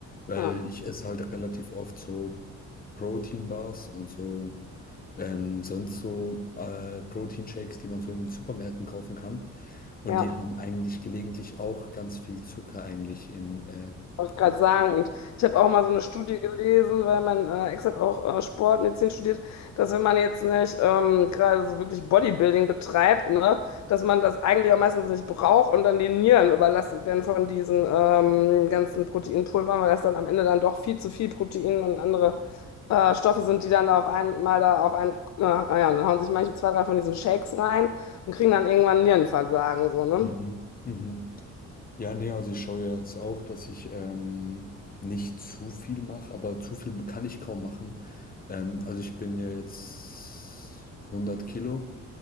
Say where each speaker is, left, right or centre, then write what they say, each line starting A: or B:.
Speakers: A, on the left (about 30°); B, on the left (about 65°).
A: weil
B: Ja,
A: ich esse halt relativ oft so Proteinbars und so. Ähm, sonst so äh, Proteinshakes, die man so in Supermärkten kaufen kann. Und
B: ja.
A: die Mhm. haben eigentlich gelegentlich auch ganz viel Zucker eigentlich in. Äh,
B: Wollte ich
A: also,
B: gerade sagen. Und ich habe auch mal so eine Studie gelesen, weil mein äh, Ex hat auch äh, Sportmedizin studiert, dass wenn man jetzt nicht ähm, gerade so wirklich Bodybuilding betreibt, ne, dass man das eigentlich auch meistens nicht braucht und dann die Nieren überlastet werden von diesen ähm, ganzen Proteinpulvern, weil das dann am Ende dann doch viel zu viel Protein und andere äh, Stoffe sind, die dann da auf einmal da auf einen, äh, ja, und dann hauen sich manche zwei, drei von diesen Shakes rein und kriegen dann irgendwann Nierenversagen, so, ne?
A: mhm, mhm. Ja, nee, also ich schaue ja jetzt auch, dass ich ähm, nicht zu viel mache, aber zu viel kann ich kaum machen. Ähm, also ich bin ja jetzt 100 Kilo.